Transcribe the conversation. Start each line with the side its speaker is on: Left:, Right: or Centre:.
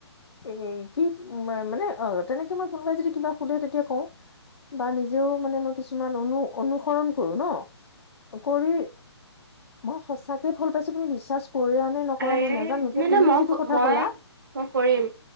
Left: এ হে কি ম মানে অ তেনেকে মই কোনোবাই যদি কিবা সোধে তেতিয়া কওঁ। বা নিজেও মানে মই কিছুমান অনু অনুসৰণ কৰো ন অ কৰি। মই সঁচাকে ফল পাইছো তুমি বিশ্বাস। কৰা নে নকৰা
Right: আৰে
Left: মই নোজানো এতিয়া
Right: নাই নাই
Left: তুমি
Right: মই
Left: যিটো কথা
Right: মই
Left: ক'লা।
Right: মই কৰিম